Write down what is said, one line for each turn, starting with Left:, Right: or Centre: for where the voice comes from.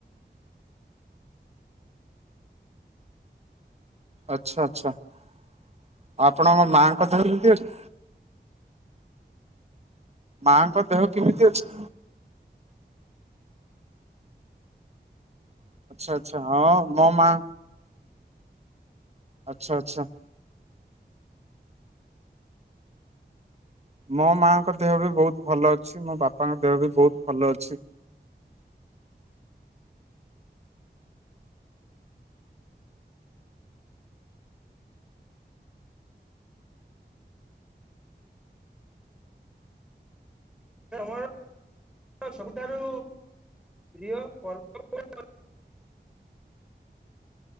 Right: ଆଚ୍ଛା ଆଚ୍ଛା ଆଉ ଆପଣଙ୍କ ମାଆଙ୍କ ଦେହ କେମତି ଅ ମାଆଙ୍କ ଦେହ କେମିତି ଅଛି? ଆଚ୍ଛା ଆଚ୍ଛା ହଁ ମୋ ମା ଆଚ୍ଛା ଆଚ୍ଛା। ମୋ ମାଆଙ୍କ ଦେହ ବି ବହୁତ ଭଲ ଅଛି ମୋ ବାପାଙ୍କ ଦେହ ବି ବହୁତ ଭଲ ଅଛି।
Centre: ଏ ଆମର ସବୁଠାରୁ ପ୍ରିୟ ପର୍ବ <unintelligible>